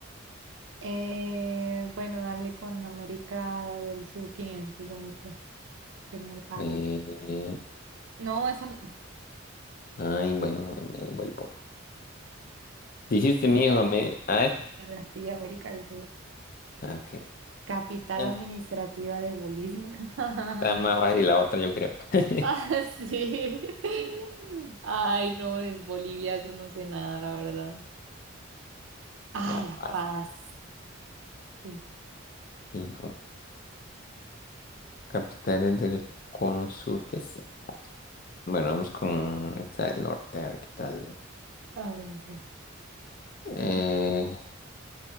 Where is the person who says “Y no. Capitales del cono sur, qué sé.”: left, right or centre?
Left